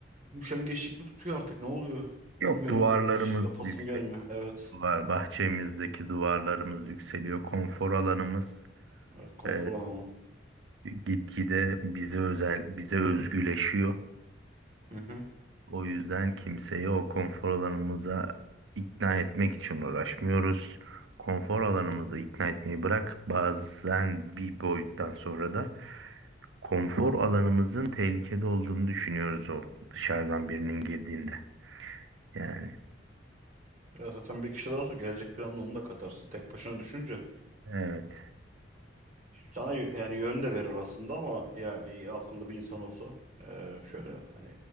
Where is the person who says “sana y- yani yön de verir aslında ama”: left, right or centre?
Right